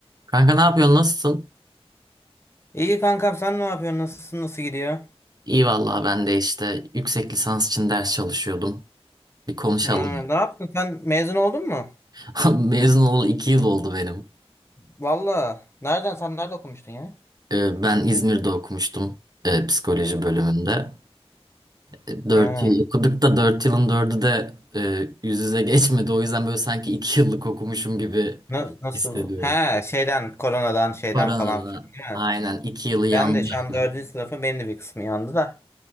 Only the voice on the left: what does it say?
İyi kankam sen ne yapıyorsun? Nasılsın? Nasıl gidiyor?
Ha, ne yaptın? Sen mezun oldun mu?
Valla. Nereden? Sen nerede okumuştun ya?
Ha,
na- nasıl?
Ha, şeyden, koronadan, şeyden
falan filan değil
mi?
Ben
de şu an
dördüncü sınıfım. Benim de bir kısmı yandı da.